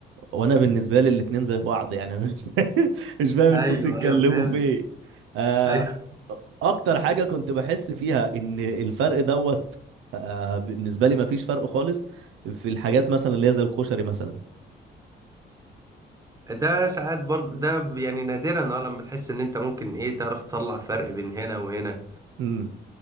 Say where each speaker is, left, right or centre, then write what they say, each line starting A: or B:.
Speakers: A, on the right; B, on the right.
A: وانا بالنسبه لي الاتنين زي بعض يعني انا مش <laughs> مش فاهم
B: ايوه
A: انتوا بتتكلموا
B: ايوه فهمت
A: في ايه آه،
B: ايوه
A: اكتر حاجه كنت بحس فيها ان الفرق دوت آه، بالنسبه لي مفيش فرق خالص في الحاجات مثلا اللي هي زي الكشري مثلا
B: ده ساعات برضه ده ب- يعني نادرا اه لما تحس ان انت ممكن ايه تعرف تطلع فرق بين هنا وهنا
A: مم.